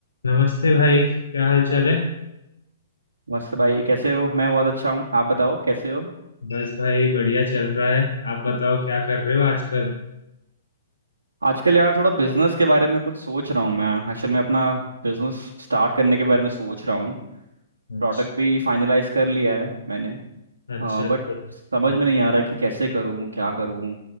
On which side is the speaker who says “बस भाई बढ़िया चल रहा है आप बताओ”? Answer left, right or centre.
Left